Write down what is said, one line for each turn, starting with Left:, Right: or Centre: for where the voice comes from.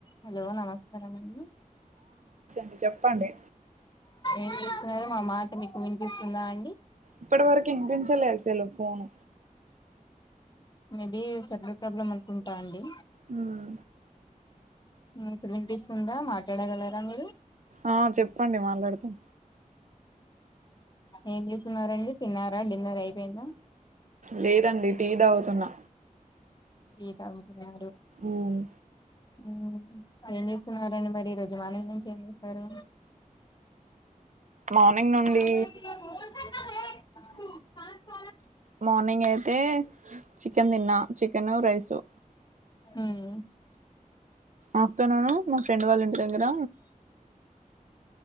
Left: Hello నమస్కారమండి
Right: డి చెప్పండి
Left: ఏం చేస్తున్నరు మా మాట మీకు వినిపిస్తుందా అండి
Right: ఇప్పడి వరకి వినిపించలేదు అసలు ఫోను
Left: మేబి సిగ్నల్ ప్రాబ్లమ్ అనుకుంటా అండీ
Right: ఉం
Left: ఇప్పుడు వినిపిస్తుందా మాట్లాడగలరా మీరు
Right: ఆ చెప్పండి మాట్లాడతాం
Left: ఏం చేస్తున్నారండి తిన్నారా డిన్నర్ అయిపోయిందా
Right: లేదండి టీ దాగుతున్నా
Left: టి తాగుతున్నారు
Right: ఉమ్
Left: ఉ ఎం చేస్తున్నారండి మరి ఈరోజు మార్నింగ్ నుంచి ఏం చేశారు <inaudible>
Right: మార్నింగ్ నుండి మార్నింగ్ అయితే చికెన్ తిన్నా చికెను రైసు
Left: ఉమ్
Right: ఆఫ్టేర్నూన్ మా ఫ్రెండ్ వాళ్ళ ఇంటి దగ్గర